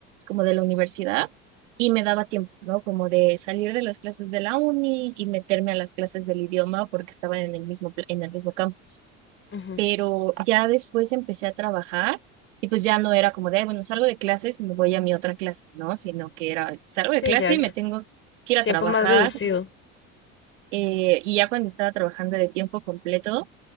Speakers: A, on the right (about 80°); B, on the left (about 35°).
A: como de la universidad, y me daba tiempo, ¿no? Como de salir de las clases de la uni y meterme a las clases del idioma porque estaban en el mismo, pla- en el mismo campus.
B: ujú.
A: pero ya después empecé a trabajar y pues ya no era como de, "Ay, bueno, salgo de clases y me voy a mi otra clase, ¿no? Sino que era, salgo
B: Sí,
A: de clase
B: ya es
A: y me tengo que ir a
B: tiempo
A: trabajar.
B: más reducido.
A: eh, y ya cuando estaba trabajando de tiempo completo,